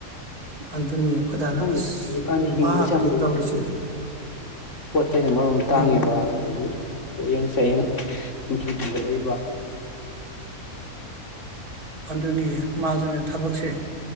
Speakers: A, on the right; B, on the left.
A: ꯑꯗꯨꯅꯤ ꯑꯩꯈꯣꯏꯗꯥꯅ
B: ꯍꯥꯟꯁꯤꯗ
A: ꯑꯁ
B: ꯍꯧꯖꯤꯛꯀꯥꯟꯗꯤ ꯍꯤꯡꯕꯁꯦ
A: ꯋꯥꯒ꯭ꯔꯦ
B: ꯌꯥꯝ ꯂꯩꯔ
A: ꯇꯧꯔꯤꯁꯦ
B: ꯄꯣꯠ ꯆꯩꯩꯅ ꯃꯔꯣ ꯇꯥꯡꯉꯦꯕ
A: ꯌꯥꯝ
B: ꯑꯗꯒꯤ ꯄꯣꯠꯌꯦꯡ ꯆꯥꯌꯦꯡ ꯁꯨꯝ ꯁꯨꯝ ꯆꯨꯝꯒ ꯂꯩ ꯋꯥ
A: ꯑꯗꯨꯅꯤ ꯃꯥꯁꯨꯅꯦ ꯊꯕꯛꯁꯦ